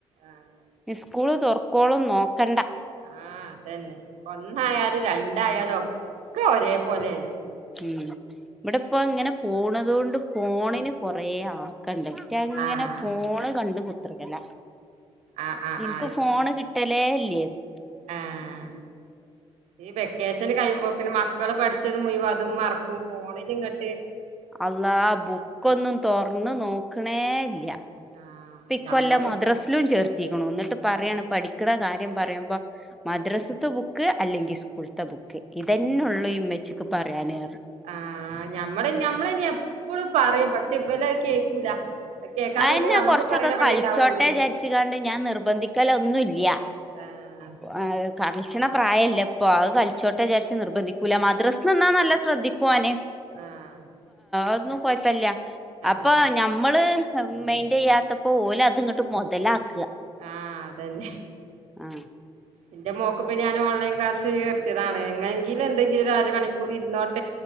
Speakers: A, on the right (about 85°); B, in the centre.
A: ആഹ്
B: സ്കൂള് തുറക്കോളും നോക്കണ്ട
A: ആഹ് അതന്നെ ഒന്നായാലും രണ്ടായാലും ഒക്കെ ഒരേ പോലെ
B: ഉം ഇവിടെ ഇപ്പോ ഇങ്ങനെ പോണത് കൊണ്ട് ഫോണിന് കൊറെ ആ കണ്ട് ക്കങ്ങനെ
A: ആഹ്
B: ഫോണ് കണ്ട് കുത്തിക്കല
A: ആഹ് ആഹ്
B: നിനക്ക്
A: ആഹ്
B: ഫോണ് കിട്ട ടലെ ഇല്ലൃഞ്
A: ആഹ ഈ വെക്കെഷ ചിലകഴിയുമ്പോകിന് മക്കള് പഠിച്ചത് മുഴുവം അതും മറപ്പും ഫോണിലിങ്ങട്ട്.
B: അല്ലാ ആ ബുക്കൊന്നും തുറന്ന് നോക്കണേ ഇല്ല
A: ആഹ്
B: ഇപ്പ ഇക്കൊല്ലം
A: ഞമ്മള്
B: മദ്രാസിലും ചേർത്തിക്കുണു എന്നിട്ട് പറയാണ് പഠിക്കണ കാര്യം പറയുമ്പോ മദ്രസത്തെ ബുക്ക് അല്ലെങ്കിൽ സ്കൂളത്തെ ബുക്ക് ഇതന്നെള്ളു ഈ ഉമ്മച്ചിക്ക് പറയാന്
A: ആഹ് ഞമ്മള് ഞമ്മള ഇനി എപ്പഴും പറയും പക്ഷെ ഇവലത് കേക്കൂല അത് കേക്കാൻ
B: അന്നെ
A: നിക്കുമ്പോ നമ്മക്ക്
B: കൊറച്ചൊക്കെ
A: പറയണ പണിയേ
B: കളിച്ചോട്ടെചാരിച്ച
A: ഇണ്ടാവുള്ളൂ
B: കാണ്ട് ഞാൻ നിർബന്ധിക്കല ഒന്നൂല്ല്യ
A: ആഹ
B: അഹ് കളിച്ചണ പ്രായല്ല ഇപ്പൊ അത് കളിച്ചോട്ട വിചാരിച്ച് നിർബന്ധിക്കൂല്ല മദ്രസ്ന്നാ നല്ല ശ്രദ്ധിക്ക കുവോന്
A: ആഹ
B: ഒന്നും കൊഴപ്പില്ല അപ്പൊ
A: ആഹ്
B: ഞമ്മള് മെയിന്റെയ്യാത്തപ്പോ ഓല് അത്ങ്ങട്ട് മുതലാകും
A: ആഹ് അതന്നെ
B: ആ
A: എന്റെ മോക്കപ്പൊ ഞാൻ ഓൺലൈൻ ക്ലാസിൽ ചേർത്തിയതാണ് എങ്ങെങ്കിലും എന്തെങ്കിലും ഒരുരമണികൂർ ഇരുന്നോട്ട